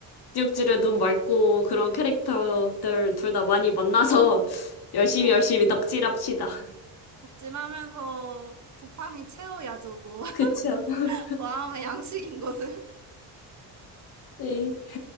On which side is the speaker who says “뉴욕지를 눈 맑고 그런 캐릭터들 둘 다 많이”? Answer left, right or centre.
Left